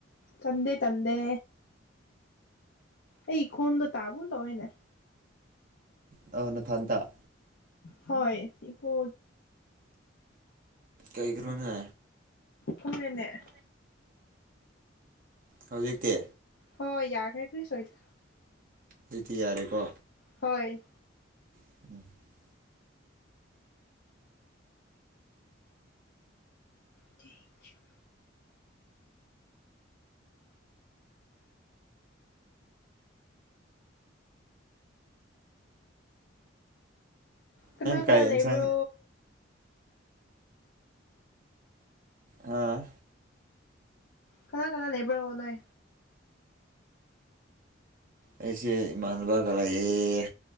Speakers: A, on the left (about 60°); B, on the right (about 45°).
A: ꯀꯟꯗꯦ ꯀꯟꯗꯦ ꯑꯩ ꯏꯈꯣꯝꯗꯣ ꯇꯥꯕꯅ ꯇꯧꯋꯦꯅꯦ
B: ꯑ ꯅ ꯊꯟ ꯇ
A: ꯍꯣꯏ ꯀ
B: ꯀꯩꯒꯤꯔꯣꯅꯦ
A: ꯈꯪꯗꯦꯅꯦ
B: ꯍꯧꯖꯤꯛꯇꯤ
A: ꯍꯣꯏ ꯌꯥꯔꯒꯩ ꯀ ꯁꯣꯏꯗ
B: ꯑꯗꯨꯗꯤ ꯌꯥꯔꯦꯀꯣ
A: ꯍꯣꯏ
B: <unintelligible>
A: <unintelligible> ꯀꯅꯥ
B: ꯅꯪ ꯀꯩ
A: ꯀꯅꯥ
B: ꯌꯦꯟꯁꯥꯡ
A: ꯂꯩꯕ꯭ꯔꯣ
B: ꯍꯥꯥ
A: ꯀꯅꯥ ꯀꯅꯥ ꯂꯩꯕ꯭ꯔꯣ ꯅꯣꯏ
B: ꯑꯩꯁꯦ ꯏꯃꯥꯟꯅꯕ ꯒꯥ ꯂꯩꯌꯦ